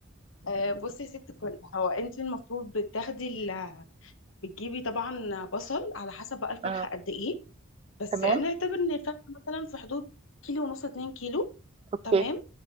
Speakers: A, on the left (about 70°); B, on the right (about 30°).
A: آه، بصي يا ست الكل هو انت المفروض بتاخدي بتجيبي طبعا بصل على حسب بقى الفرخه
B: آه
A: قد ايه بس
B: تمام
A: انا اعتبر ان الفرخه مثلا في حدود كيلو ونص اتنين كيلو
B: أوكي
A: تمام